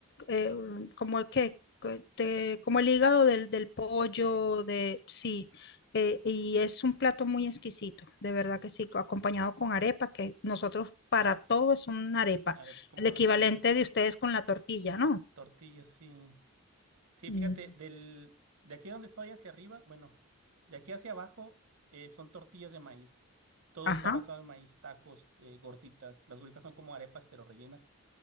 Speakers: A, on the left; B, on the right.
A: eh, como el que, que te- como el hígado del, del pollo,
B: sí,
A: de, sí, eh, y es un plato muy exquisito, de
B: ya.
A: verdad que sí, co- acompañado con arepa, que nosotros para todo es una arepa,
B: A ver, pues, como
A: el equivalente
B: las,
A: de ustedes con la tortilla,
B: las
A: ¿no?
B: tortillas, sí. Sí,
A: Mm.
B: fíjate, del, de aquí donde estoy hacia arriba, bueno, de aquí hacia abajo eh, son tortillas de maíz. Todo
A: Ajá.
B: está basado en maíz, tacos, eh, gorditas. Las gorditas son como arepas, pero rellenas.